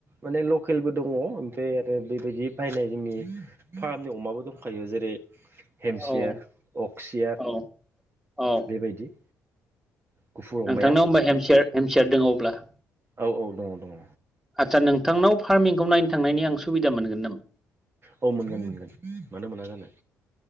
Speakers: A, on the right; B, in the centre.
A: माने लकेलबो दङ ओमफ्राय आरो बै बिदि बायनाय जोंनि फार्मनि अमाबो दंखायो जेरै हेमसियार
B: औ
A: अक्सियार
B: औ औ
A: बेबायदि गुफुर अमाया
B: नोंथांनाव होमबा हेममसियार हेमसियार दों अब्ला।
A: औ औ दङ दङ।
B: आच्चसा नोंथांनाव फार्मिंखौ नायनो थांनायनि आं सुबिदा मोनगोन नामा?
A: औ मोनगोन मोनगोन मानो मोना जानो।